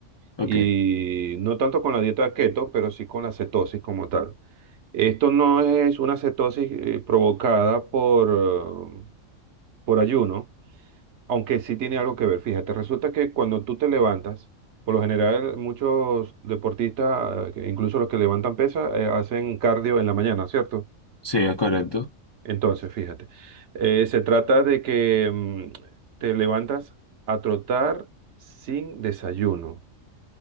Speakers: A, on the left; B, on the right.
A: Ok.
B: y no tanto con la dieta keto, pero sí con la cetosis como tal. Esto no es una cetosis eh, provocada por, eh, por ayuno Aunque sí tiene algo que ver, fíjate, resulta que cuando tú te levantas, por lo general muchos deportistas, que incluso los que levantan pesas, eh, hacen cardio en la mañana, ¿cierto?
A: Sí, es correcto.
B: Entonces, fíjate, eh, se trata de que mm, te levantas a trotar sin desayuno.